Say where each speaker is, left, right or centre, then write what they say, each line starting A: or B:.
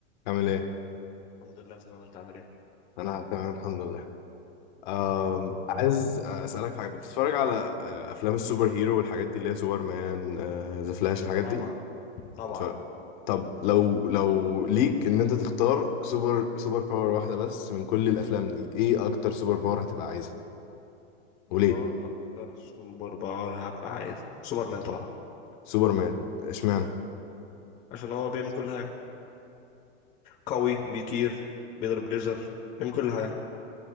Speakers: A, on the left; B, on the left.
A: عامل ايه؟
B: الحمد لله تمام انت عامل ايه
A: انا تمام الحمد لله أم عايز اسالك في حاجه بتتفرج على آه، افلام السوبر هيرو والحاجات دي اللي هي سوبر مان ذا فلاش الحاجات
B: طبعا
A: دي
B: طبعا
A: ف... طب لو لو ليك ان انت تختار سوبر سوبر باور واحده بس من كل الافلام دي ايه اكتر سوبر باور هتبقى عايزها
B: سوبر
A: وليه
B: باور اكتر سوبر باور هبقى عايز سوبرمان طبعا
A: سوبر مان اشمعنى
B: عشان هو بيعمل كل حاجه قوي بيطير بيضرب ليزر بيعمل كل حاجه